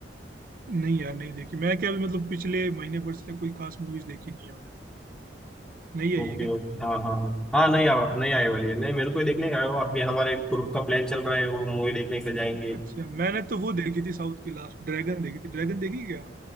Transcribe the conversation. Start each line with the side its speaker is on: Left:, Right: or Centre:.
Right: नहीं यार नहीं देखी मैं क्या अभी मतलब पिछले महीने भर से कोई खास मूवीज देखी नहीं है मैंने नहीं आई
Centre: Okay
Right: है क्या
Centre: okay हाँ हाँ हाँ हाँ नहीं आ, नहीं आई वाली है नहीं मेरे को ही देखने का है वो अभी हमारे ग्रुप का प्लान चल रहा है वो मूवी देखने के लिए जाएंगे
Right: अच्छा मैंने तो वो देखी थी साउथ की लास्ट ड्रैगन देखी थी ड्रैगन देखी क्या